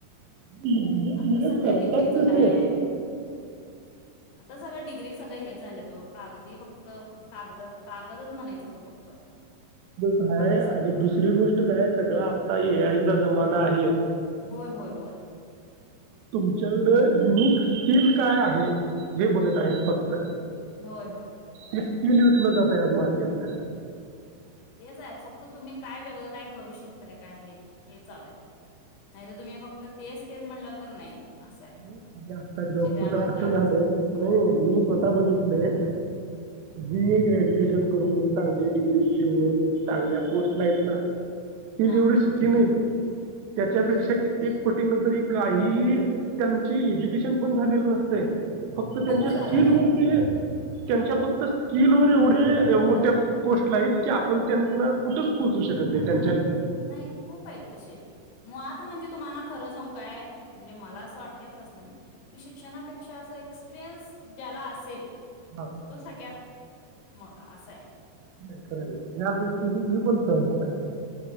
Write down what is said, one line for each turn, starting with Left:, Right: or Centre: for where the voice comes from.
Right: एवढे
Left: आता
Right: डीगऱ्या
Left: सध्या
Right: करतात
Left: डिग्रीचं
Right: कसे
Left: काय सगळ डग्री सगळे हेच झाले त ओ कागदी फक्त कागद कागदच म्हणायचं हो तो फक्त <inaudible>
Right: अर
Left: आता सग
Right: दुसरी गोष्ट काय सगळ आत्ता ए आयचा ज मना हाय
Left: होय होय होय
Right: तुमच्याकडं युनिक स्कील काय आहे हे बघत आहेत फक्त
Left: होय होय
Right: स्कील विकल जातय आहे आज मार्केटला
Left: तेच आहे फक्त तुम्ही काय वेगळं काय करू शकताय काय हे हे चालूय नाही तर तुम्ही फक्त तेच तेच म्हणलं तर नाही असं आहे
Right: आ आत्ता
Left: तुमची
Right: जॉबच
Left: त्यामध्ये
Right: तर असं
Left: जागाच
Right: झालंय
Left: नाही
Right: नाही मी स्वतः बघितलय जीए ग्रॅज्युएशन करून, चांगली डिग्री घेऊन, चांगल्या पोस्ट ला आहेत ना. ते
Left: हा
Right: जेवढी सुखी नाहीत, त्याच्यापेक्षा
Left: हम्म
Right: कित्येक पट न तरी काही त्यांची एज्युकेशन पण झालेली नसते. फक्त त्यांच्या
Left: खूप उदाहरण
Right: स्कील
Left: आहेत
Right: वर ते त्यांच्या फक्त स्किल वर एवढे मोठ्या पोस्टला आहेत. की आपण त्यांना कुठच पोहोचू शकत नाही त्यां
Left: नाही खूप आहेत तसे. मग आ म्हणजे तुम्हाला खरं सांगू काय. म्हणजे मला असं वाटतंय पर्सनली, की शिक्षणापेक्षा असं एक्सपिरियन्स ज्याला असेल
Right: हा
Left: तो सगळ्यात मोठा असंय.
Right: नाही खरय हे. ह्या गोष्टीशी मी पण सहमत आहे.